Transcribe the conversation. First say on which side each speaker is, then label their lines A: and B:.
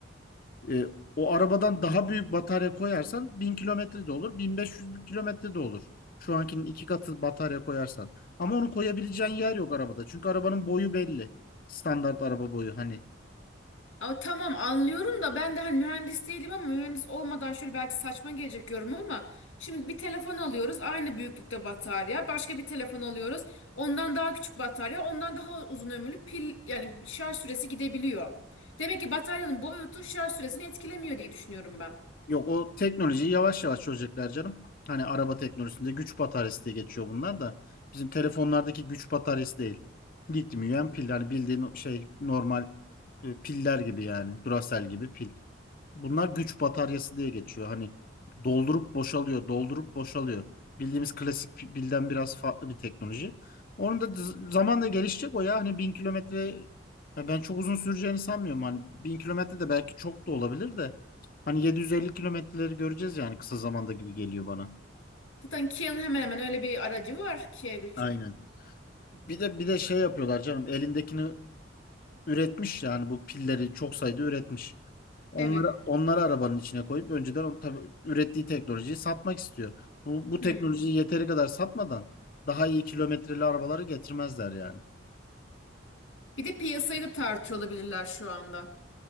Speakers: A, on the left; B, on the left.
A: E, o arabadan daha büyük batarya koyarsan 1000 kilometre de olur. 1500 kilometre de olur. Şu ankinin iki katı batarya koyarsan. Ama onu koyabileceğin yer yok arabada. Çünkü arabanın boyu belli. Standart araba boyu. Hani
B: Ama tamam anlıyorum da ben de hani mühendis değilim ama mühendis olmadan şöyle belki saçma gelecek yorum ama şimdi bir telefon alıyoruz aynı büyüklükte batarya başka bir telefon alıyoruz ondan daha küçük batarya ondan daha uzun ömürlü pil yani şarj süresi gidebiliyor. Demek ki bataryanın boyutu şarj süresini etkilemiyor diye düşünüyorum ben.
A: Yok o teknolojiyi yavaş yavaş çözecekler canım. Hani araba teknolojisinde güç bataryası diye geçiyor bunlar da. Bizim telefonlardaki güç bataryası değil. Lityum iyon pil. Hani bildiğin şey normal e, piller gibi yani. Duracell gibi pil. Bunlar güç bataryası diye geçiyor. Hani doldurup boşalıyor, doldurup boşalıyor. Bildiğimiz klasik pilden biraz farklı bir teknoloji. Onun da z- zamanla gelişecek o ya. Hani bin kilometre ya ben çok uzun süreceğini sanmıyorum. Hani bin kilometre de belki çok da olabilir de. Hani 750 kilometreleri göreceğiz yani kısa zamanda gibi geliyor bana.
B: Zaten Kia'nın hemen hemen öyle bir aracı var Kia EV3'ün.
A: Aynen. Bir de bir de şey yapıyorlar canım. Elindekini üretmiş yani bu pilleri çok sayıda üretmiş. Onları,
B: Evet.
A: onları arabanın içine koyup önceden o- tabii ürettiği teknolojiyi satmak istiyor. Bu, bu
B: Hmm.
A: teknolojiyi yeteri kadar satmadan daha iyi kilometreli arabaları getirmezler yani.
B: Bir de piyasayı da tartıyor olabilirler şu anda.